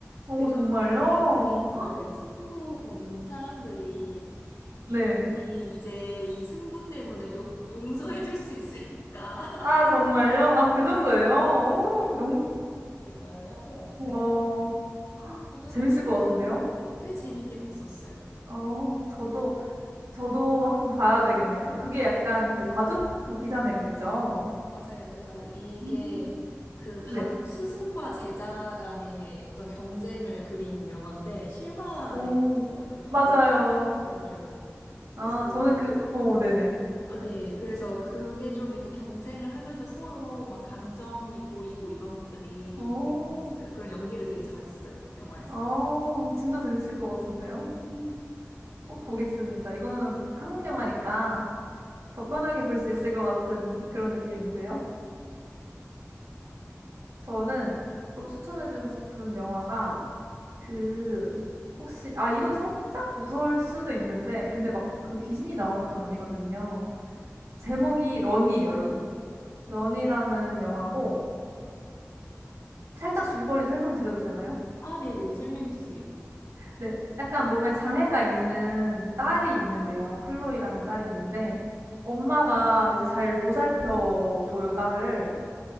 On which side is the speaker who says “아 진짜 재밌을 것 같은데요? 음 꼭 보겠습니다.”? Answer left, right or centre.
Right